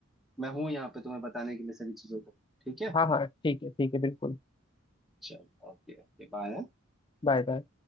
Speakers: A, in the centre; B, on the left.
A: मैं हूँ यहाँ पे तुम्हें बताने के लिए सभी चीजों को ठीक है
B: हाँ हाँ ठीक है ठीक है बिल्कुल
A: चलो ओके ओके बाय
B: Bye bye